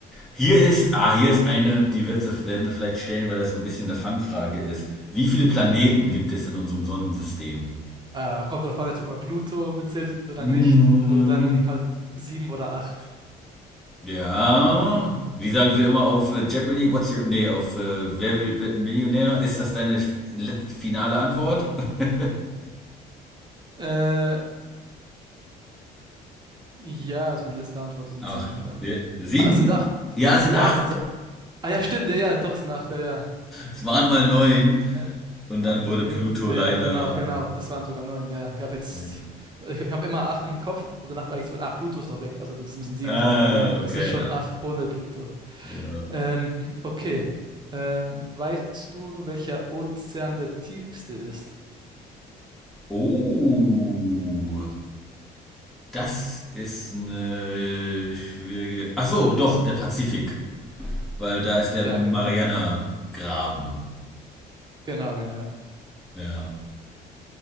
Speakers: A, in the centre; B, on the right.
A: Hier ist, ah, hier ist eine, die wird, sie- werden sie vielleicht stellen, weil das so ein bisschen eine Fangfrage ist. Wie viele Planeten gibt es in unserem Sonnensystem?
B: Äh, kommt drauf an, jetzt, ob man Pluto mitzählt oder
A: Hm,
B: nicht. Also dann halt sieben oder acht.
A: ja. Wie sagen sie immer auf äh, Jeopardy? What's your, nee, auf äh, Wer will, wird ein Millionär? Ist das deine f- let- finale Antwort? <laughs>
B: Äh, ja, also meine letzte Antwort sind
A: Acht.
B: sieben dann.
A: Ja, sieben?
B: Ah, es sind acht.
A: Ja, es sind
B: Ah,
A: acht.
B: es sind, ah ja, stimmt, ja, ja, doch sind acht, ja, ja.
A: Es waren mal neun.
B: Ähm,
A: Und
B: Markus
A: dann wurde
B: Venus,
A: Pluto
B: ja,
A: leider.
B: ja, genau, genau. Es waren sogar neun, ja. Ich habe jetzt,
A: nee.
B: ich habe immer acht im Kopf, aber danach war ich so, ah, Pluto ist doch weg, also das müssen sieben
A: Ah,
B: sein, aber nein,
A: okay.
B: es ist schon
A: alles-
B: acht ohne Pluto.
A: Ja.
B: Ähm, okay. Ähm, weißt du, welcher Ozean der tiefste ist?
A: Oh. Das ist eine schwierige. Ach so, doch, der Pazifik, weil da ist der
B: Ja,
A: Mariana-Graben.
B: genau. Genau, genau. ja.
A: Ja.